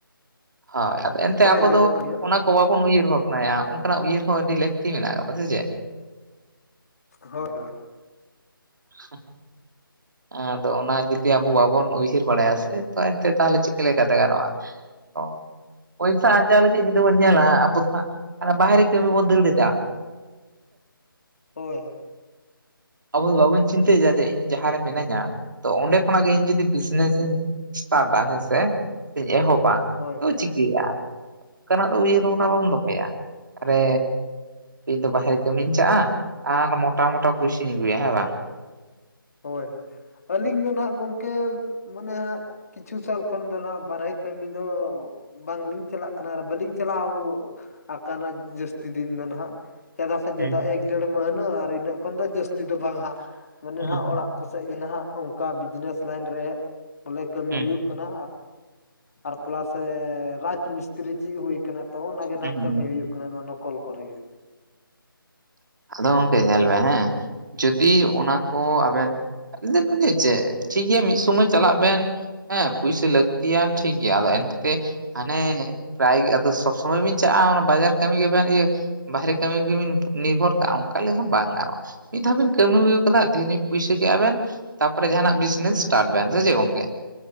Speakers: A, on the right (about 55°); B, on the left (about 40°).
A: ᱦᱳᱭ ᱟ ᱮᱱᱛᱮ
B: ᱦᱳᱭ
A: ᱟᱵᱚ
B: ᱟᱸᱡᱚᱢᱚᱜ
A: ᱫᱚ
B: ᱠᱟᱱ ᱜᱮᱭᱟ
A: ᱚᱱᱟ ᱚ ᱵᱟᱵᱚᱱ ᱩᱭᱦᱟᱹᱨ ᱵᱷᱟᱵᱽᱱᱟᱭᱟ ᱚᱱᱠᱟᱱᱟᱜ ᱩᱭᱦᱟᱹᱨ ᱦᱚᱸ ᱟᱹᱰᱤ ᱞᱟᱹᱠᱛᱤ ᱢᱮᱱᱟᱜ ᱟᱠᱟᱫᱟ ᱥᱮ ᱪᱮ?
B: ᱦᱳᱭ ᱦᱳᱭ᱾
A: ᱦ <inaudible> ᱟᱫᱚ ᱚᱱᱟ ᱡᱩᱫᱤ ᱟᱵᱚ ᱵᱟᱵᱚᱱ ᱩᱭᱦᱟᱹᱨ ᱵᱟᱲᱟᱭᱟ ᱥᱮ ᱮᱱᱛᱮ ᱛᱟᱦᱚᱞᱮ ᱪᱤᱠᱟᱹ ᱞᱮᱠᱟᱛᱮ ᱜᱟᱱᱚᱜᱼᱟ᱾ ᱚ ᱯᱚᱭᱥᱟᱹ ᱟᱨᱡᱟᱣ ᱞᱟᱜᱤᱫ ᱡᱩᱫᱤ ᱵᱚᱱ ᱧᱮᱞᱟ ᱟᱵᱚ ᱵᱟᱦᱮᱨᱮ ᱠᱟᱹᱢᱤ ᱵᱚᱱ ᱫᱟᱹᱲ ᱟ᱾
B: ᱦᱳᱭ ᱦᱳᱭ᱾
A: ᱟᱵᱚ ᱫᱚ ᱵᱟᱵᱚᱱ ᱪᱤᱱᱛᱟᱹᱭᱮᱫᱟ ᱡᱮ ᱤᱧ ᱡᱟᱦᱟᱸ ᱨᱮ ᱢᱤᱱᱟᱹᱧᱟ ᱛᱚ ᱚᱸᱰᱮ ᱠᱷᱚᱱᱟᱜ ᱜᱮ ᱤᱧ ᱡᱩᱫᱤ ᱵᱤᱡᱽᱱᱮᱥᱤᱧ᱾ ᱥᱴᱟᱨᱴᱟ ᱦᱮᱸᱥᱮ ᱥᱮᱧ ᱮᱦᱚᱵᱟ
B: ᱦᱳᱭ
A: ᱛᱚ
B: ᱦᱳᱭ
A: ᱪᱤᱠᱟᱹᱭᱟ? ᱚᱱᱠᱟᱱᱟᱜ ᱫᱚ ᱩᱭᱟᱹᱨ ᱵᱷᱟᱵᱱᱟ ᱫᱚᱦᱚᱭᱟ, ᱟᱨᱮ ᱤᱧ ᱫᱚ ᱵᱟᱦᱨᱮ ᱠᱟᱹᱢᱤᱧ ᱪᱟᱜᱼᱟ ᱟᱨ ᱢᱚᱴᱟ ᱢᱚᱴᱟ ᱯᱩᱭᱥᱟᱧ ᱟᱹᱜᱩᱭᱟ ᱦᱮᱸ ᱵᱟᱝ?
B: ᱦᱳᱭ ᱟᱹᱞᱤᱧ ᱫᱚ ᱱᱟᱦᱟᱜ ᱜᱚᱢᱠᱮ- ᱢᱟᱱᱮ ᱦᱟᱸᱜ ᱠᱤᱪᱷᱩ ᱥᱟᱞ ᱠᱷᱚᱱ ᱫᱚ ᱦᱟᱜᱸ ᱵᱟᱨᱦᱮ ᱠᱟᱹᱢᱤ ᱫᱚ ᱵᱟᱝᱞᱤᱧ ᱪᱟᱞᱟᱜ ᱠᱟᱱᱟ ᱟᱨ ᱵᱟᱹᱞᱤᱧ ᱪᱟᱞᱟᱣ ᱟᱠᱟᱱᱟ ᱡᱟᱹᱥᱛᱤ ᱫᱤᱱ ᱫᱚ ᱦᱟᱸᱜ᱾ ᱪᱮᱫᱟ ᱥᱮ ᱪᱮᱫᱟ
A: ᱦᱩᱸ
B: ᱮᱠ ᱰᱮᱲ ᱢᱟᱹᱦᱱᱟᱹ ᱟᱨ ᱤᱱᱟᱹᱜ ᱠᱷᱚᱱ ᱫᱚ ᱡᱟᱹᱥᱛᱤ ᱫᱚ ᱵᱟᱝ ᱦᱟᱸᱜ᱾ ᱮ ᱱᱟᱦᱟᱜ
A: ᱦᱩᱸ
B: ᱚᱲᱟᱜ ᱠᱚᱥᱮᱫ ᱜᱮ ᱱᱟᱦᱟᱜ ᱚᱱᱠᱟ ᱵᱤᱡᱽᱱᱮᱥ ᱞᱟᱭᱤᱱ ᱨᱮ ᱵᱚᱞᱮ ᱠᱟᱹᱢᱤ
A: ᱦᱩᱸ
B: ᱦᱩᱭᱩᱜ ᱾ ᱠᱟᱱᱟ ᱟᱨ ᱯᱞᱟᱥ ᱨᱟᱡᱽ ᱢᱤᱥᱛᱨᱤ ᱪᱮᱫ ᱦᱩᱭ ᱟᱠᱟᱱᱟ᱾ ᱛᱚ ᱚᱱᱟᱜ ᱜᱮ ᱱᱟᱦᱟᱜ
A: ᱦᱩᱸ ᱦᱩᱸ
B: ᱠᱟᱹᱢᱤ ᱦᱩᱭᱩᱜ ᱠᱟᱱᱟ ᱱᱚᱣᱟ ᱱᱚᱠᱚᱞ ᱠᱚᱨᱮ ᱜᱮ᱾
A: ᱟᱫᱚ ᱜᱚᱝᱠᱮ ᱧᱮᱞ ᱵᱮᱱ ᱦᱮᱸ ᱡᱩᱫᱤ ᱚᱱᱟ ᱠᱚ ᱟᱵᱮᱱ ᱟᱹᱵ ᱞ <unintelligible> ᱪᱮᱫ ᱴᱷᱤᱠ ᱜᱮᱭᱟ ᱢᱤᱫ ᱥᱚᱢᱚᱭ ᱪᱟᱞᱟᱜ ᱵᱮᱱ᱾ ᱦᱮᱸ ᱯᱩᱭᱥᱟᱹ ᱞᱟᱹᱠᱛᱤᱭᱟ ᱴᱷᱤᱠ ᱜᱮᱭᱟ ᱟᱫᱚ ᱮᱱᱛᱮ ᱦᱟᱱᱮ ᱯᱨᱟᱭᱜᱮ ᱟᱫᱚ ᱥᱚᱵᱽ ᱥᱚᱢᱚᱭ ᱵᱮᱱ ᱪᱟᱞᱼᱟ ᱵᱟᱡᱟᱨ ᱠᱟᱹᱢᱤ ᱜᱮᱵᱮᱱ ᱤᱭᱟᱹ᱾ ᱵᱟᱦᱨᱮ ᱠᱟᱹᱢᱤ ᱱᱤᱨᱵᱷᱚᱨ ᱚᱱᱠᱟ ᱞᱮᱠᱟᱟᱱ ᱵᱟᱝ ᱜᱟᱱᱚᱜᱼᱟ ᱢᱤᱫ ᱫᱷᱟᱣ ᱵᱮᱤᱱ ᱠᱟᱹᱢᱤ ᱟᱹᱜ ᱠᱟᱫᱟ ᱛᱮᱦᱮᱧᱚᱜ ᱯᱩᱭᱥᱟᱹ ᱠᱟᱜ ᱼᱟ ᱵᱮᱱ᱾ ᱛᱟᱯᱚᱨᱮ ᱡᱟᱦᱟᱱᱟᱜ ᱵᱤᱡᱱᱮᱥ ᱥᱴᱟᱨᱴ ᱵᱮ ᱥᱮ ᱪᱮᱫ ᱜᱚᱝᱠᱮ?